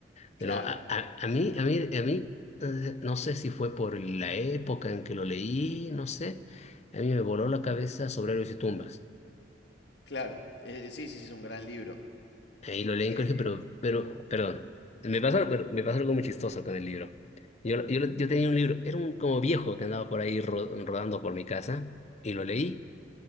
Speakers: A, on the left; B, on the left.
A: Pero
B: Claro,
A: a, a, a mí, a mí, a mí, eh, no sé si fue por la época en que lo leí, no sé. A mí me voló la cabeza sobre héroes y tumbas.
B: claro. Eh, sí, sí, sí, es un gran libro.
A: Ahí lo leí en
B: Eh,
A: colegio, pero, pero, perdón. Me pasó, pero me pasó algo muy chistoso con el libro. Yo, yo, yo tenía un libro, era un como viejo que andaba por ahí ro- rodando por mi casa, y lo leí